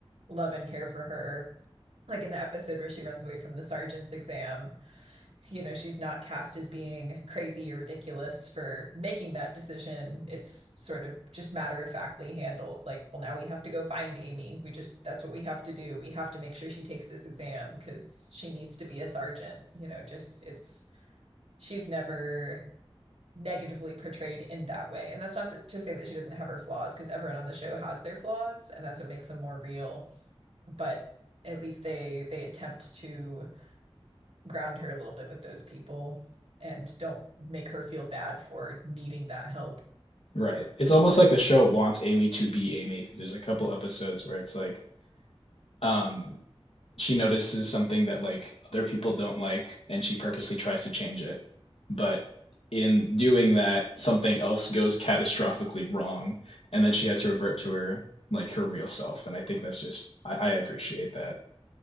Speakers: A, on the right (about 80°); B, on the left (about 75°).
A: love and care for her. Like in the episode where she runs away from the sergeant's exam, you know, she's not cast as being crazy or ridiculous for making that decision. It's sort of just matter of factly handled. Like, well, now we have to go find Amy. We just, that's what we have to do. We have to make sure she takes this exam because she needs to be a sergeant. You know, just it's she's never negatively portrayed in that way. And that's not th- to say that she doesn't have her flaws, because everyone on the show has their flaws, and that's what makes them more real. But at least they they attempt to ground her a little bit with those people and don't make her feel bad for needing that help.
B: Right. It's almost like the show wants Amy to be Amy because there's a couple episodes where it's like um she notices something that like other people don't like and she purposely tries to change it but in doing that something else goes catastrophically wrong and then she has to revert to her like her real self and i think that's just i, I appreciate that